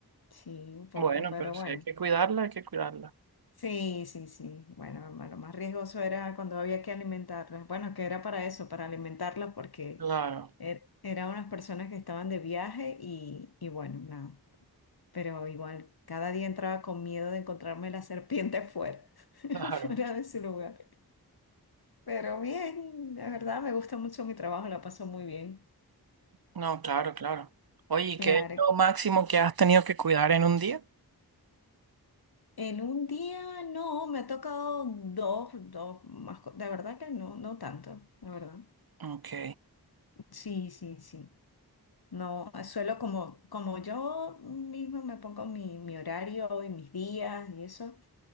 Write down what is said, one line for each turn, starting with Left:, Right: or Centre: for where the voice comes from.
Left: Sí, un poco,
Right: Bueno,
Left: pero
Right: pero si
Left: bueno.
Right: hay que cuidarla, hay que cuidarla.
Left: Sí, sí, sí. Bueno, ma- lo más riesgoso era cuando había que alimentarlas. Bueno, que era para eso, para alimentarlas, porque
Right: Claro,
Left: er- eran unas personas que estaban de viaje y, y bueno, nada. Pero igual, cada día entraba con miedo de encontrarme la serpiente fuera, <laughs>
Right: claro.
Left: fuera de su lugar. Pero bien, la verdad me gusta mucho mi trabajo, la paso muy bien.
Right: No, claro, claro. Oye, ¿y
Left: Claro,
Right: qué es lo máximo que has tenido que cuidar en un día?
Left: en un día no, me ha tocado dos, dos más, co- de verdad que no, no tanto, la verdad.
Right: Ok,
Left: Sí, sí, sí. No, suelo como, como yo misma me pongo mi, mi horario y mis días y eso,